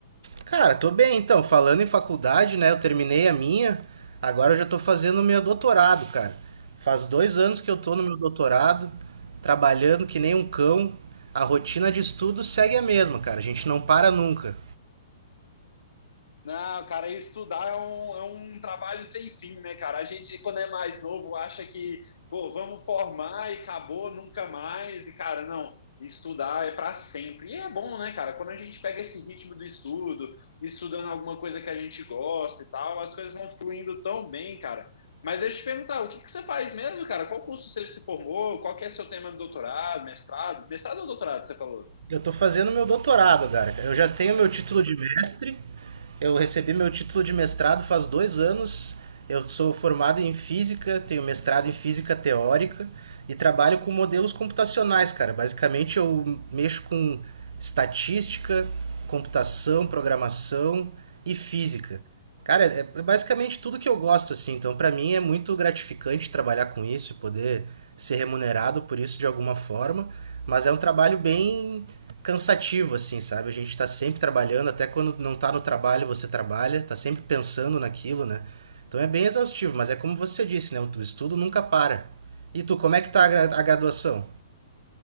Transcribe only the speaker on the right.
Cara, tô bem então. Falando em faculdade, né? Eu terminei a minha, agora eu já tô fazendo o meu doutorado, cara. Faz dois anos que eu tô no meu doutorado, trabalhando que nem um cão. A rotina de estudo segue a mesma, cara. A gente não para nunca.
Eu tô fazendo meu doutorado, cara. Eu já tenho meu título de mestre. Eu recebi meu título de mestrado faz dois anos. Eu sou formado em física, tenho mestrado em física teórica e trabalho com modelos computacionais, cara. Basicamente, eu mexo com estatística, computação, programação e física. Cara, é é basicamente tudo que eu gosto, assim. Então, pra mim é muito gratificante trabalhar com isso e poder ser remunerado por isso de alguma forma. Mas é um trabalho bem cansativo, assim, sabe? A gente tá sempre trabalhando, até quando não tá no trabalho, você trabalha, tá sempre pensando naquilo, né? Então é bem exaustivo, mas é como você disse, né? O estudo nunca para. E tu, como é que tá a gra- a graduação?